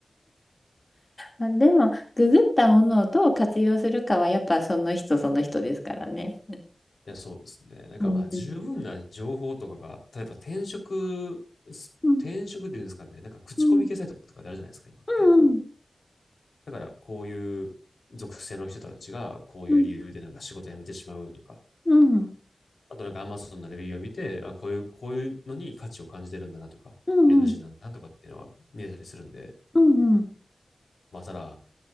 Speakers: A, on the left; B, on the left.
A: あでもググったものをどう活用するかはやっぱその人その人ですからね。
B: いや、そうですね。なんかまあ、
A: うんうん
B: 十分な情報とかが、例えば転職、
A: うん
B: 転職っていうんですかね、なんか口コミ系サイトとかであるじゃないですか、
A: うん
B: 今って。
A: うん
B: だからこういう属性の人たちがこういう理由でなんか仕事辞めてしまうとか、
A: うんうんうん
B: あとなんか Amazon のレビューを見て、あ、こういう、こういうのに価値を感じてるんだなとか、
A: うんうん
B: NG なんだとかっていうのは見えたりするんで、
A: うん
B: まあただ、